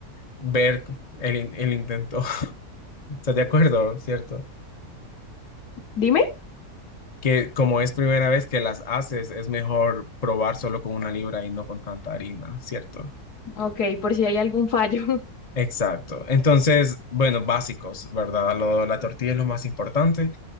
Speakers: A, on the left (about 40°); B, on the left (about 80°).
A: ver el, in- el intento. <laughs> ¿Estás de acuerdo, cierto?
B: Dime,
A: que como es primera vez que las haces, es mejor probar solo con una libra y no con tanta harina, ¿cierto?
B: ok, por si hay algún fallo. <laughs>
A: Exacto. Entonces, bueno, básicos, ¿verdad? Lo- la tortilla es lo más importante.